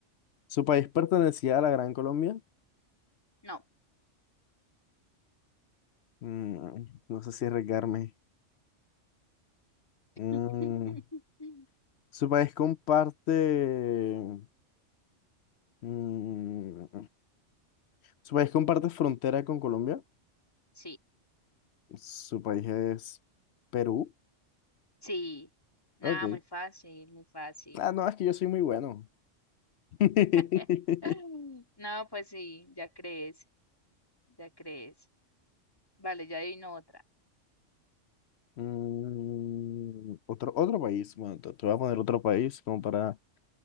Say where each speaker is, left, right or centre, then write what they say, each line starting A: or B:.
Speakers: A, on the left; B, on the left.
A: Su país pertenecía a la Gran Colombia.
B: no.
A: Mm, no sé si arriesgarme. Mm,
B: <laughs>
A: su país comparte. mm, su país comparte frontera con Colombia.
B: Sí,
A: Su país es Perú.
B: sí. Nada,
A: Ok.
B: muy fácil, muy fácil.
A: Ah, no, es que yo soy muy bueno. <laughs>
B: <laughs> No, pues sí, ya crees, ya crees. Vale, ya adivino otra.
A: Mm, otro, otro país. Bueno, te, te voy a poner otro país como para.